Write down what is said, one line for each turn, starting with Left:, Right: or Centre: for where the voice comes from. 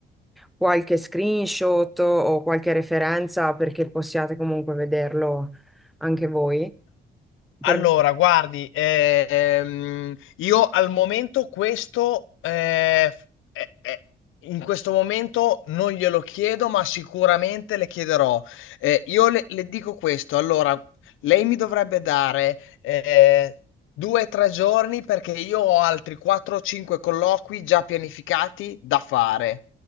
Centre: qualche screenshot o qualche referenza perché possiate comunque vederlo anche voi. Per
Left: Allora,
Centre: me,
Left: guardi, ehm, io al momento questo, eh, f- eh, eh, in questo momento non glielo chiedo, ma sicuramente le chiederò. Eh, io le, le dico questo, allora, lei mi dovrebbe dare eh, due o tre giorni perché io ho altri 4-5 colloqui già pianificati da fare.